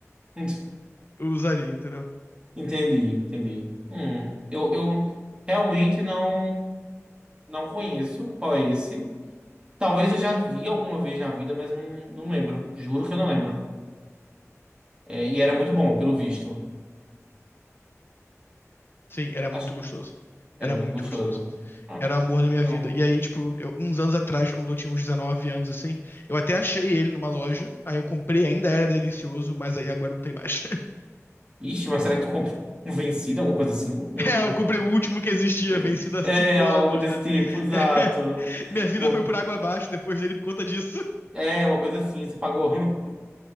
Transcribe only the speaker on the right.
<laughs>
Entendi, entendi. Hum. Eu, eu realmente não não conheço qual é esse. Talvez eu já vi alguma vez na vida, mas não, não lembro. Juro que eu não lembro. É, e era muito bom, pelo visto.
Acho,
era muito
gostoso.
Ah,
legal.
Ixi, mas será que tu comprou um vencido, alguma coisa assim? Eu-
<laughs>
É,
algo
desse
tipo, exato.
Mo-
É, uma coisa assim, você pagou. <laughs>